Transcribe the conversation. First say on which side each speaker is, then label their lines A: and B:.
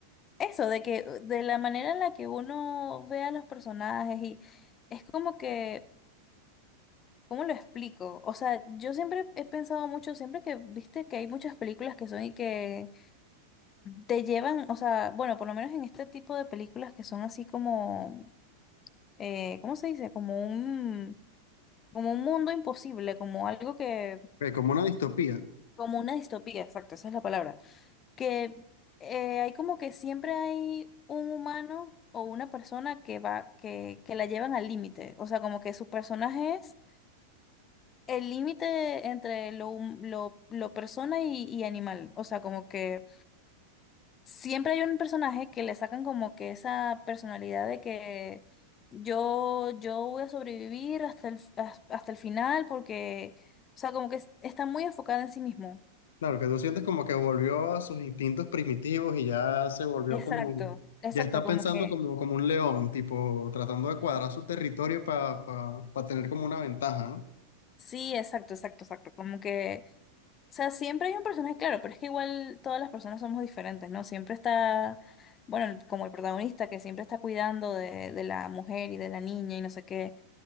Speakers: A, on the left; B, on the left.
A: eso, de que, uh, de la manera en la que uno ve a los personajes y es como que, ¿cómo lo explico? O sea, yo siempre he pensado mucho, siempre que, viste que hay muchas películas que son y que te llevan, o sea, bueno, por lo menos en este tipo de películas que son así como, eh, ¿cómo se dice? Como un, como un mundo imposible, como algo que,
B: Eh, como una distopía.
A: como una distopía, exacto, esa es la palabra que eh, hay como que siempre hay un humano o una persona que va, que, que la llevan al límite. O sea, como que su personaje es el límite entre lo, hum- lo, lo persona y, y animal. O sea, como que siempre hay un personaje que le sacan como que esa personalidad de que yo, yo voy a sobrevivir hasta el, has- hasta el final porque, o sea, como que es- está muy enfocada en sí mismo.
B: Claro, que tú sientes como que volvió a sus instintos primitivos y ya se volvió
A: Exacto,
B: como, un-
A: exacto,
B: ya está
A: como
B: pensando
A: que
B: como, como un león, tipo, tratando de cuadrar su territorio para tener como una ventaja, ¿no?
A: Sí, exacto, exacto, exacto. Como que, o sea, siempre hay un personaje, claro, pero es que igual todas las personas somos diferentes, ¿no? Siempre está, bueno, el- como el protagonista que siempre está cuidando de, de la mujer y de la niña y no sé qué.